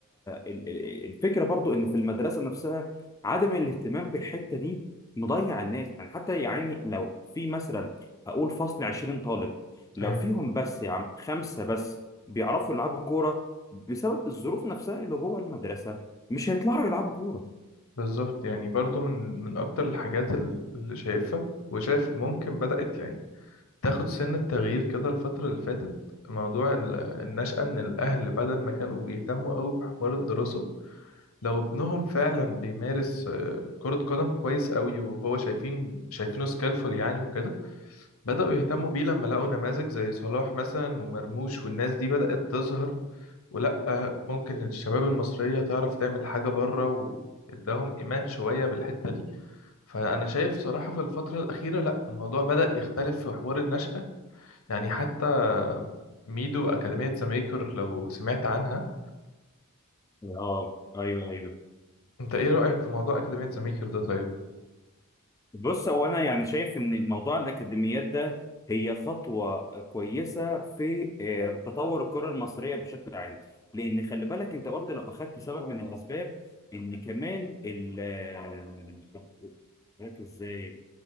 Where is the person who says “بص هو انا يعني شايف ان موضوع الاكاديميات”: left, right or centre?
Left